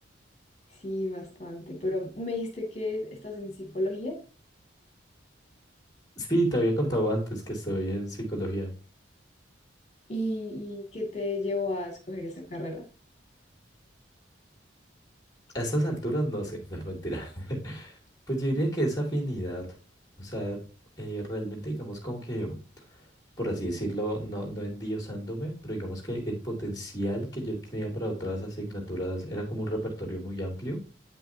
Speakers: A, on the left; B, on the left.
A: sí, bastante. Pero me dijiste que estás en psicología
B: Sí, te había contado antes que estoy en psicología.
A: y, y que te llevó a escoger esa carrera.
B: A estas alturas no sé, <laughs> me mentirá. Pues yo diría que es afinidad. O sea, eh, realmente digamos como que, por así decirlo, no, no endiosándome, pero digamos que el potencial que yo tenía para otras asignaturas era como un repertorio muy amplio.